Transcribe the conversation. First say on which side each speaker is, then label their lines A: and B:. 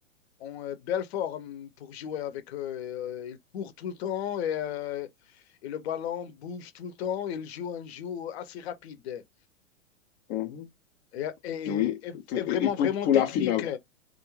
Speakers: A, on the left; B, on the left.
A: en, euh, belle forme pour jouer avec eux. Euh, Ils courent tout le temps et, euh, et le ballon bouge tout le temps. Ils jouent un jeu assez rapide
B: Mhm.
A: et, et-
B: Oui,
A: et-
B: Te-
A: et
B: et
A: vraiment,
B: et pour,
A: vraiment
B: pour
A: technique.
B: la finale,